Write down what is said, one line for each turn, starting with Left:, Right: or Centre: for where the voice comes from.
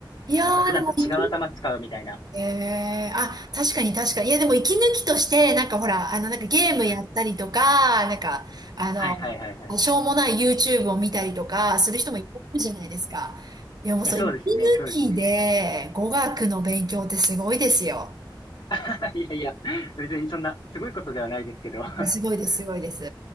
Right: いやー、
Left: こうなんか普段と違う頭使うみたいな。
Right: でも、理系ええあ、確かに確かに。いや、でも息抜きとして、なんかほら、あの、なんかゲームやったりとか、
Left: うん
Right: なんか、あの、
Left: はいはいはいはい。
Right: しょうもない YouTube を見たりとか、する人もいるかもじゃないですか。
Left: <laughs>
Right: いや、もうそう、
Left: え、そうですね、
Right: 息抜
Left: そうですね。
Right: きで語学の勉強ってすごいですよ。
Left: <laughs> いやいや、別にそんなすごいことではないですけど。<laughs>
Right: いやすごいです、すごいです。